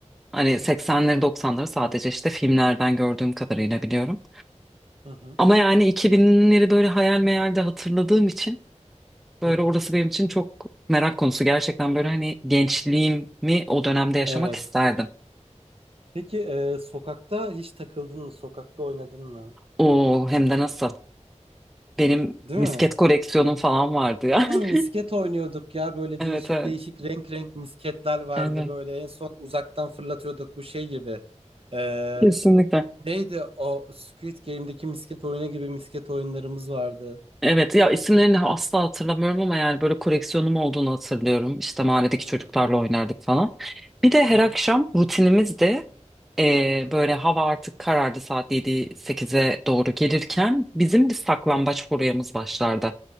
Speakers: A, in the centre; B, on the right (about 50°).
A: Hani
B: Hı hı,
A: 80'leri 90'ları sadece işte filmlerden gördüğüm kadarıyla biliyorum.
B: hı hı,
A: Ama yani 2000'leri böyle hayal meyal de hatırladığım için böyle
B: hı hı.
A: orası benim için çok merak konusu. Gerçekten böyle hani gençliğimi o dönemde yaşamak
B: Evet.
A: isterdim.
B: Peki e, sokakta hiç takıldın mı? Sokakta oynadın mı?
A: O hem de nasıl. Benim
B: Değil
A: misket
B: mi?
A: koleksiyonum falan vardı ya.
B: Lan
A: <laughs>
B: misket oynuyorduk ya böyle
A: Evet
B: değişik
A: evet.
B: değişik renk renk misketler vardı
A: Evet.
B: böyle en son uzaktan fırlatıyorduk bu şey gibi. Ee,
A: Kesinlikle.
B: Neydi o Squid Game'deki misket oyunu gibi misket oyunlarımız vardı.
A: Evet ya isimlerini asla hatırlamıyorum ama yani böyle koleksiyonum olduğunu hatırlıyorum. İşte mahalledeki
B: Hı
A: çocuklarla
B: hı
A: oynardık falan. Bir de her
B: hı hı
A: akşam rutinimiz de eee,
B: hı hı
A: böyle hava artık karardı saat yedi sekize doğru gelirken bizim bir saklambaç
B: hı
A: furyamız başlardı.